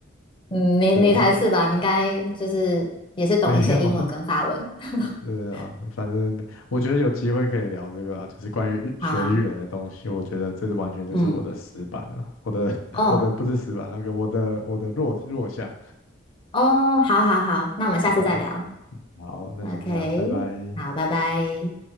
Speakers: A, on the left; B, on the left.
A: 嗯，你你才是吧？
B: 对啊，
A: 你应该就是也是懂一些英文跟法文。
B: 没有。
A: <laughs>
B: 对啊，反正我觉得有机会可以聊这个啊，就是关于学语言的东西，
A: 好啊，
B: 我觉得这是完全就是我的死板了，
A: 嗯，
B: 我的 <laughs>
A: 哦
B: 我的不是死板，那个我的我的弱弱项。
A: 哦，好好好，那我们下次再聊。
B: 好啊，好，那先这样，
A: OK，
B: 拜拜。
A: 好，拜拜。